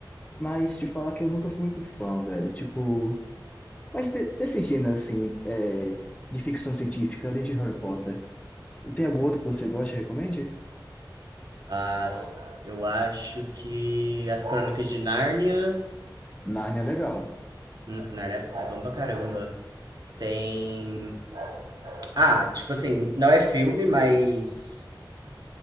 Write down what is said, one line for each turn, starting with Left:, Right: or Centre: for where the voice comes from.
Left: mas te falar que eu nunca fui muito fã, velho. Tipo. Mas de- desse gênero, assim, é, de ficção científica, além de Harry Potter, tem algum outro que você gosta e recomende?
Right: As, eu acho que As Crônicas de Nárnia.
Left: Narnia é legal.
Right: N- Nárnia é bom pra caramba. Tem. Ah, tipo assim, não é filme, mas